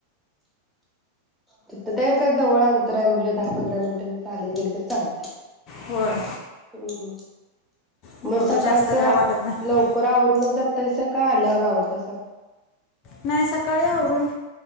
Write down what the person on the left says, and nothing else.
होय
एवढं
जास्त काय वाटत नाही
नाही सकाळी आवरून.